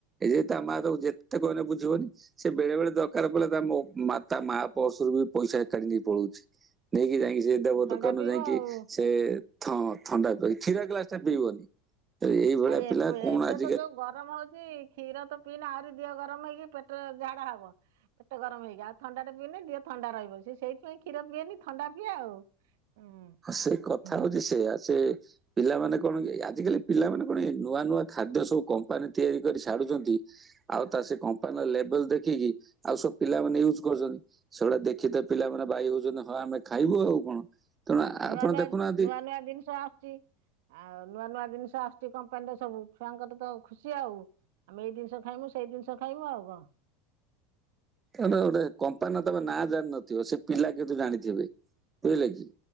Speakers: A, on the right; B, on the right.
A: ଏଇ ଯେ ତା ମା ତାକୁ ଯେତେ କହିଲେ ବୁଝିବନି ସେ ବେଳେ ବେଳେ ଦରକାର ପଡ଼ିଲ ତା ମୋ ମା ତା ମା ପର୍ସରୁ ବି ପଇସା କାଢ଼ି ନେଇ ପଳଉଛି ନେଇକି ଯାଇକି ସେ ଦେବ
B: ଥଣ୍ଡା
A: ଦୋକାନରୁ
B: ପିଇବ
A: ଯାଇକି
B: ଆଉ।
A: ସେ ଥଣ୍ଡା ପି କ୍ଷୀର ଗ୍ଲାସ ଟା ପିଇବନି ଆ ଏଇଭଳିଆ
B: ଆଉ ଏବେ
A: ପିଲା କଣ
B: ଏବେ
A: ଆ-
B: ଯୋଉ ଗରମ ହଉଛି କ୍ଷୀର ତ ପିଇଲେ ଆହୁରି ଦେହ ଗରମ ହେଇକି ପେଟ ଝାଡା ହବ ପେଟ ଗରମ ହେଇକି ଆଉ ଥଣ୍ଡା ପିଏନି ଦିଏ ଥଣ୍ଡା ରହିବ ସେ ସେଇଥି ପାଇଁ କ୍ଷୀର ପିଏନି ଥଣ୍ଡା ପିଏ ଆଉ ହୁଁ
A: ହ ସେ କଥା
B: ହୁଁ।
A: ହଉଛି ସେଇୟା ସେ ପିଲାମାନେ କଣ କି ଆଜିକାଲି ପିଲାମାନେ ଆପଣ ନୂଆ ନୂଆ ଖାଦ୍ୟ ସବୁ କମ୍ପାନୀ ତିଆରି କରି ଛାଡୁଛନ୍ତି ଆଉ ତା ସେ କମ୍ପାନୀର ଲେବଲ ଦେଖିକି ଆଉ ସବୁ ପିଲାମାନେ ୟୁଜ୍ କରୁଛନ୍ତି ସେଗୁଡା ଦେଖି ତେ ପିଲାମାନେ ବାଇ ହଉଛନ୍ତି ହଁ ଆମେ ଖାଇବୁ ଆଉ କଣ ତେଣୁ
B: ପିଲାମାନେ
A: ଆପଣ
B: ଆ,
A: ଦେଖୁନାହାନ୍ତି
B: ନୂଆ ନୂଆ ନୂଆ ନୂଆ ଦିନିଷ ଆସୁଚି। ଆଉ ନୂଆ ନୂଆ ଦିନିଷ ଆସୁଛି କମ୍ପାନୀର ସବୁ ଛୁଆଙ୍କର ଟିକେ ଖୁସି ଆଉ। ଆମେ ଏଇ ଜିନିଷ ଖାଇମୁ ସେଇ ଦିନିଷ ଖାଇମୁ ଆଉ କଣ।
A: ତା ନାଁ ଗୋଟେ କମ୍ପାନର ତୋମେ ନାଁ ଜାଣିିନଥିବ ସେ ପିଲା କିନ୍ତୁ ଜାଣିଥିବେ। ବୁଝିଲେ କି?